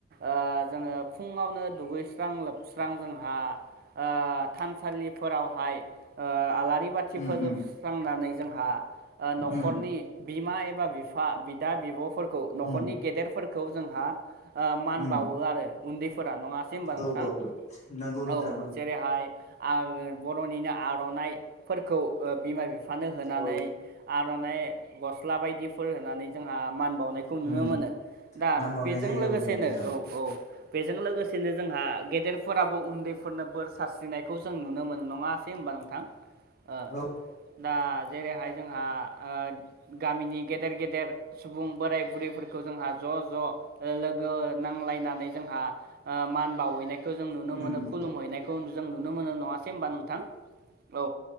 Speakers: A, on the right; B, on the left.
A: ओ जोङो फुङावनो दुगैस्रां लोबस्रां जोंहा ओ थानसालिफोरावहाय ओ आलारि बाथि
B: उम
A: फोजोबस्रांनानै
B: उम
A: जोंहा न'खरनि
B: उम
A: बिमा एबा बिफा बिदा बिब'फोर खौ न'खरनि
B: उम
A: गेदेरफोरखौ जोंहा ओ मान
B: उम
A: बावो आरो उन्दै फोरा नङासै होनबा नोंथां
B: औ बावो नंगौ नोंथां
A: औ जेरैहाय आ <unintelligible> आर'नाफोरखौ ओ बिमा बि फानो होनानै
B: औ
A: आर'नाइ गस्ला बायदिफोर होनानै जोंहा मान बावनायखौ नुनो
B: उम
A: मोनो दा
B: मान बावनाय
A: बेजों
B: जायो
A: लोगोसेनो
B: औ नुयो नोंथां
A: औ औ बेजों लोगोसेनो जोंहा गेदेरफोराबो उन्दैफोरनो बोर सारस्रिनायखौ जों नुनो मोनो नङासै होनोमबा नोंथां ओ।
B: औ
A: दा जेरैहाय जोंहा ओ गामिनि गेदेर गेदेर सुबुं बोराय बुरै फोरखौ जोंहा ज' ज' लोगो नांलायनानै जोंहा ओ मान बावैनाय खौ जों नुनो
B: उम
A: मोनो खुलुमहैनायखौ जों नुनो मोनो नङासै होनबा नोंथां औ